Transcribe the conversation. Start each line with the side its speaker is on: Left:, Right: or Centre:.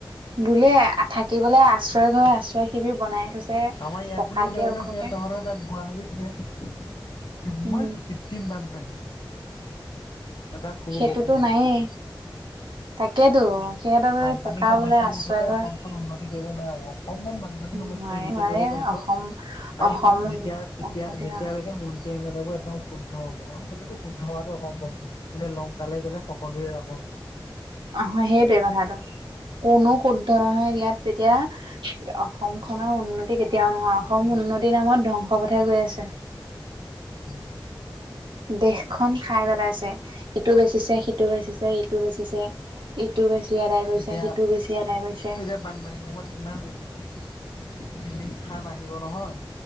Right: বুলিয়ে থাকিবলে আশ্ৰয় ঘৰ, আশ্ৰয় শিবিৰ বনায়ে থৈছে।
Left: আমাৰ ইয়াত
Right: পকাকে
Left: বুলি নহয়
Right: ওখকে
Left: নয়, সেই তহঁতৰ তাত গুৱাহাটীত দিয়ে ইমান
Right: উম
Left: কৃত্ৰিম বানপানী! এজাক সৰু
Right: সেইটোতো
Left: বৰষুণতে।
Right: নায়ে, তাকেইতো সিহঁতৰ বোলে
Left: বানপানীৰ
Right: পকা
Left: সমস্যাত
Right: বোলে আশ্ৰয়
Left: মুঠতে
Right: ঘৰ
Left: অসমখন উন্নতি কৰিব নোৱাৰে <unintelligible> <unintelligible> সমস্যা
Right: নোৱাৰে
Left: উন্নতি
Right: নোৱাৰে
Left: কৰিব পাৰিব,
Right: অসম
Left: পাৰিব
Right: অসম
Left: যেতিয়া, তেতিয়া,
Right: উন্নতি
Left: যেতিয়ালৈকে
Right: নহয়
Left: মন ত্ৰী এমেলেবোৰ একদম শুদ্ধ হ'ব, অ সেইটোটো শুদ্ধ হোৱাটো অসম্ভৱ। বোলে লংকালে গ'লে সকলোৱে ৰাৱণ।
Right: অহ, সেইটোৱে কথাটো। কোনো শুদ্ধ নহয় ইয়াত তেতিয়া অসম খনৰ উন্নতি কেতিয়াও নহয় অসম উন্নতিৰ নামত ধ্বংস পথে গৈ আছে।
Left: উম
Right: দেশখন খাই পেলাইছে। ‌ ইটো বেচিছে, সিটো বেচিছে, ইটো বেচিছে ইটো বেছি আদায় কৰিছে,
Left: এতিয়া
Right: সিটো বেছি আদায় কৰিছে
Left: এতিয়া বানপানীৰ নামত কিমান <unintelligible> ৰিলিফ ফান আহিব নহয়,